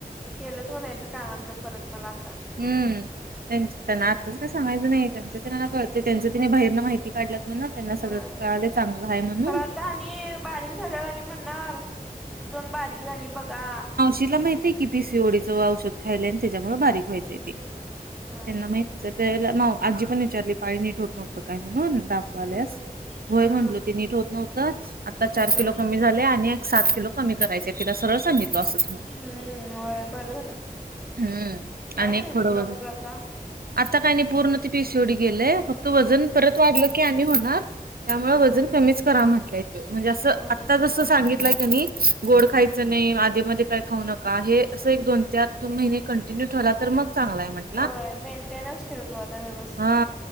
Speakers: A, in the centre; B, on the right.
A: केलंच म्हणायचं कानातलं परत मला आता.
B: हम्म त्यां त्यांना आत्ताच का सांगायचं नाही त्यांच त्यां त्यांना कळत. ते
A: हम्म.
B: त्यांचं तिने बाहिरनं माहिती काढल्यात म्हण ना त्यांना सगळं
A: होय
B: कळाले चांगलं आहे म्हणून.
A: खरं आता आणि बारीक झाल्याला आणि म्हणणार तिथे जाऊन बारीक झाली बघा.
B: तिला माहिती की पीसीओडी चं औषध खायलयं, आणि त्याच्यामुळे बारीक व्हायचं
A: हम्म.
B: आहे ते.
A: होय.
B: त्यांना माहितच त्यावेळेला आजी पण विचारली पाळी नीट होत नव्हते, काय म्हणून दाखवल्यास?
A: हम्म
B: व्हय
A: हा
B: म्हटलो, ते नीट होत नव्हतं आता चार
A: हम्म
B: किलो कमी झालयं, आणि एक सात किलो <unintelligible> कमी करायचं तिला सरळ सांगितलो असं.
A: हम्म होय बरं झालं
B: हम्म!
A: काय
B: आणि
A: सांगितलं
B: एक थोडं
A: डॉक्टर
B: वजन
A: आता
B: आता काही नाही पूर्ण ते पिसीओडी गेलयं, फक्त वजन
A: हा
B: परत वाढलं की आणि होणार. त्यामुळे
A: हा
B: वजन कमीच करा म्हटलंय तो म्हणजे, असं
A: होय
B: आत्ता जसं सांगितलंय कनइ गोड
A: हा
B: खायचं नाही, आधेमध्ये काय खाऊ नका, हे असं एक दोन, चार, दोन महिने कंटिन्यू ठेवला, तर मग चांगला आहे म्हणत्यात.
A: होय, मेंटेन्स ठेव तु आता व्यवस्थित.
B: हा